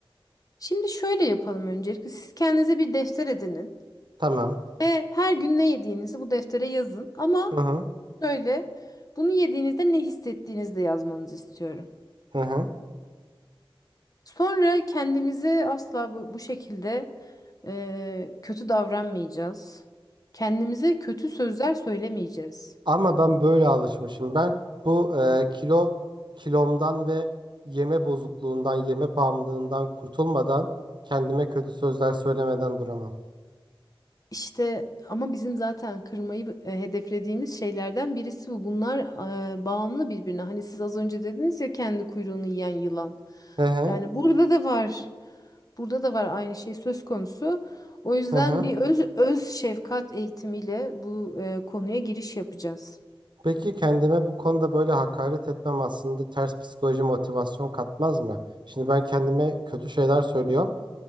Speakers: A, on the left; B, on the right.
A: Şimdi şöyle yapalım öncelikle. Siz kendinize bir defter edinin.
B: Tamam.
A: Ve her gün ne yediğinizi bu deftere yazın. Ama
B: Hı hı.
A: şöyle bunu yediğinizde ne hissettiğinizi de yazmanızı istiyorum.
B: Hı hı.
A: Sonra kendimize asla bu, bu şekilde eee, kötü davranmayacağız. Kendimize kötü sözler söylemeyeceğiz.
B: Ama ben böyle alışmışım. Ben bu e, kilo kilomdan ve yeme bozukluğundan, yeme bağımlılığından kurtulmadan kendime kötü sözler söylemeden duramam.
A: İşte ama bizim zaten kırmayı e, hedeflediğimiz şeylerden birisi bu. Bunlar e, bağımlı birbirine. Hani siz az önce dediniz ya kendi kuyruğunu yiyen yılan.
B: Hı hı.
A: Yani burada da var. Burada da var aynı şey söz konusu. O yüzden
B: Hı hı.
A: bir öz öz şefkat eğitimiyle bu e, konuya giriş yapacağız.
B: Peki kendime bu konuda böyle hakaret etmem aslında ters psikoloji motivasyon katmaz mı? Şimdi ben kendime kötü şeyler söylüyorum.